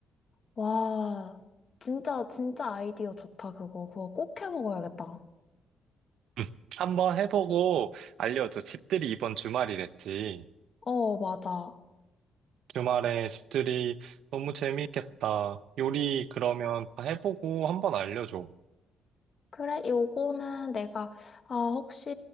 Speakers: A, on the left; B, on the right.
A: 와, 진짜, 진짜 아이디어 좋다, 그거. 그거 꼭 해 먹어야겠다.
B: 음. 한번 해보고 알려줘. 집들이 이번 주말이랬지.
A: 어, 맞아.
B: 주말에 집들이 너무 재미있겠다. 요리 그러면 다 해보고 한번 알려줘.
A: 그래, 요거는 내가, 아, 혹시